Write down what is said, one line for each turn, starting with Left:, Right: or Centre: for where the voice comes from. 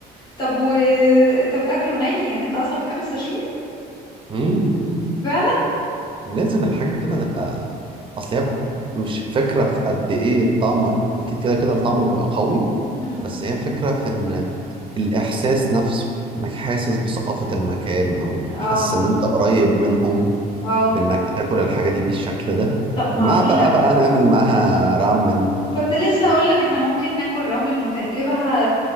Left: طب وانت بتاكله ني يعني انت اصلا بتحب الساشيمي
Right: مم، مم، مم.
Left: فعلا
Right: لازم الحاجه كده تبقى اصل هي مش الفكره في قد ايه الطعم اكيد كده كده الطعم بيبقى قوي
Left: مم.
Right: بس هي الفكره في ان الاحساس نفسه انك حاسس بثقافه المكان او
Left: اه
Right: حاسس ان انت قريب منهم
Left: اه
Right: بانك بتاكل الحاجه دي بالشكل ده
Left: طب ما
Right: مع
Left: هقول
Right: بقى
Left: لك حاجة
Right: بقى نعمل معاها رامن
Left: كنت لسه هقولك احنا ممكن ناكل رامن ونقلبها